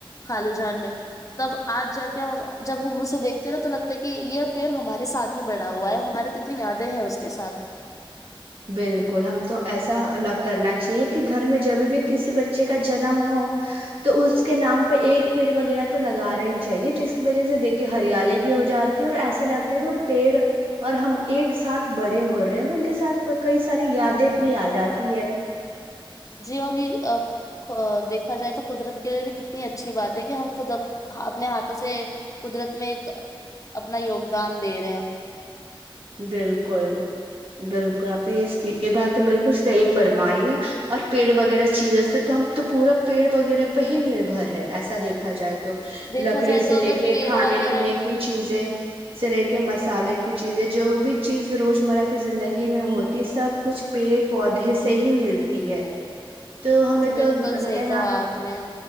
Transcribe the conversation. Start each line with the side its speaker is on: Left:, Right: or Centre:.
Left: خالو جان نے تب آج جا کے ہم جب ہم اسے دیکھتے ہیں نا تو لگتا ہے کہ یہ پیڑ ہمارے ساتھ ہی بڑا ہوا ہے ہماری کتنی یادیں ہیں اس کے سات
Right: بالکل ہم تو ایسا کرنا چاہیے کہ گھر میں جب بھی کسی بچے کا جنم ہو تو اس کے نام پہ ایک پیڑ وغیرہ تو لگانا ہی چاہیے جس کی وجہ سے دیکھیے ہریالی بھی ہو جاتی ہے اور ایسا لگتا ہے کہ وہ پیڑ اور ہم ایک ساتھ بڑے ہو رہے ہیں تو ان کے ساتھ کئی ساری یادیں بھی آ جاتی ہے
Left: جی اور یہ دیکھا جائے تو قدرت کے لیے بھی کتنی اچھی بات ہے کہ ہم خود اپنے ہاتھوں سے قدرت میں ایک اپنا یوگدان دے رہے ہیں
Right: بالکل بالکل یہ بات تو بالکل صحی فرمائی ہے اور پیڑ وغیرہ چیزوں سے تو ہم تو پورا پیڑ وغیرہ پہ ہی نربھر ہے ایسا دیکھ دیکھا جائے تو
Left: دیکھا
Right: لکڑی
Left: جائے
Right: سے
Left: تو اگر
Right: لے کے
Left: پیڑ
Right: کھانے
Left: وغیرہ
Right: پینے کی چیزیں سے لے کے مس مسالے کی چیزیں جو بھی چیز روزمرہ کی زندگی میں ہوتی ہے سب کچھ پیڑ پودے سے ہی ملتی ہے تو
Left: یہ
Right: ہمیں
Left: بالکل
Right: تو یہ
Left: صحیح کہا آپ نے